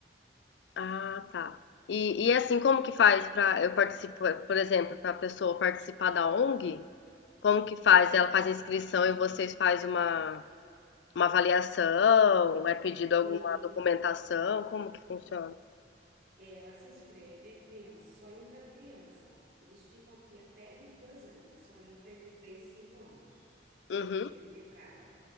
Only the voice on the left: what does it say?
Ah, tá. E, e assim, como que faz para eu participar, por exemplo, para a pessoa participar da ONG? Como que faz? Ela faz a inscrição e vocês fazem uma, uma avaliação? É pedido alguma
documentação? Como que funciona?
Uhum.